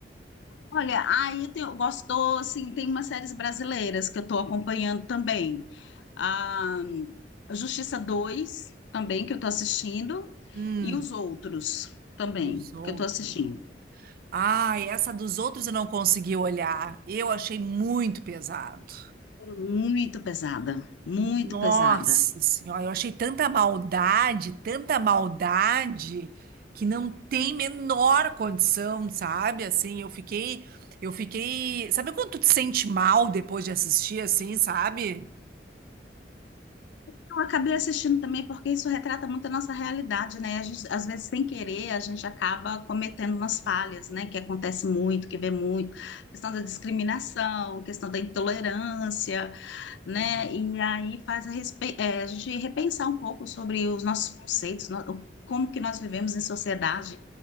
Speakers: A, on the left (about 80°); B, on the right (about 55°).
A: Olha, aí eu tenho- gostou, assim, tem umas séries brasileiras que eu estou acompanhando também. A Justiça dois também, que eu estou assistindo,
B: Hum,
A: e os outros também,
B: dos outros.
A: que eu estou assistindo.
B: Ah, essa dos outros eu não consegui olhar. Eu achei muito pesado.
A: É Muito pesada, muito
B: Nossa
A: pesada.
B: Senhora, eu achei tanta maldade, tanta maldade, que não tem menor condição, sabe? Assim, eu fiquei, eu fiquei. Sabe quando tu te sente mal depois de assistir, assim, sabe?
A: Eu acabei assistindo também porque isso retrata muito a nossa realidade, né? A gente, às vezes, sem querer, a gente acaba cometendo umas falhas, né? Que acontece muito, que vê muito, questão da discriminação, questão da intolerância, né?
B: É.
A: E aí faz a, respe- eh, a gente repensar um pouco sobre os nossos conceitos, no- como que nós vivemos em sociedade,